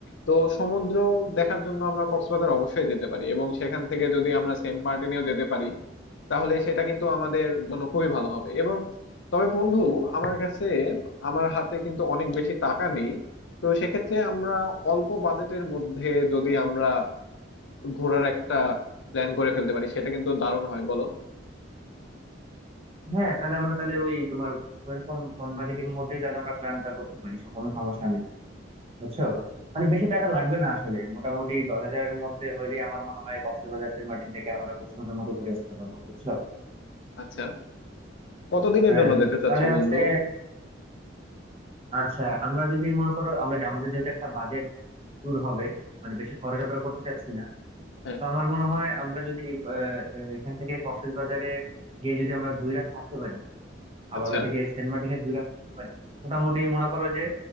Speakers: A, on the left; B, on the right.
A: তো সমুদ্র দেখার জন্য আমরা কক্সবাজার অবশ্যই যেতে পারি এবং সেখান থেকে যদি আমরা সেন্ট মার্টিনেও যেতে পারি তাহলে সেটা কিন্তু আমাদের জন্য খুবই ভালো হবে এবং তবে বন্ধু আমার কাছে আমার হাতে কিন্তু অনেক বেশি টাকা নেই তো সেক্ষেত্রে আমরা অল্প বাজেটের মধ্যে যদি আমরা ঘোরার একটা প্ল্যান করে ফেলতে পারি সেটা কিন্তু দারুণ হয় বলো
B: হ্যাঁ তাহলে আমরা তাহলে ওই তোমার ওইরকম কম বাজেটের মধ্যেই তাহলে আমরা প্ল্যানটা করতে পারি সব কোনো সমস্যা নেই বুঝছো মানে বেশি টাকা লাগবে না আসলে মোটামুটি দশ হাজারের মধ্যে হইলে আমার মনে হয় কক্সবাজার সেন্ট মার্টিন থেকে আমরা খুব সুন্দর মতো ঘুরে আসতে পারবো বুঝছো
A: আচ্ছা কতদিনের
B: হ্যাঁ
A: জন্য যেতে চাচ্ছ
B: তাহলে
A: বন্ধু
B: হচ্ছে আচ্ছা আমরা যদি মনে করো আমরা যে- আমাদের যেহেতু একটা বাজেট ট্যুর হবে মানে বেশি খরচ আমরা করতে চাচ্ছি না
A: হ্যাঁ
B: তো আমার মনে হয় আমরা যদি আহ, আহ, এখান থেকে কক্সবাজারে গিয়ে যদি আমরা দুই রাত থাকতে পারি আবার
A: আচ্ছা
B: ওইদিকে সেন্ট মার্টিনে দুই রাত থাকতে পারি মোটামুটি মনে করো যে